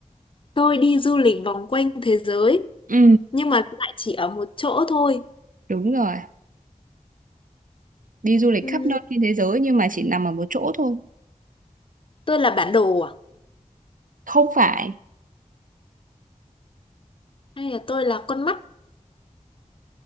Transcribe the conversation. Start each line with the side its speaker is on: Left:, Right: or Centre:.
Left: tôi đi du lịch vòng quanh thế giới
Right: Ừ,
Left: nhưng mà lại chỉ ở một chỗ thôi
Right: đúng rồi. Đi du lịch
Left: Ừm,
Right: khắp nơi trên thế giới nhưng mà chỉ nằm ở một chỗ thôi.
Left: tôi là bản đồ à
Right: Không phải.
Left: hay là tôi là con mắt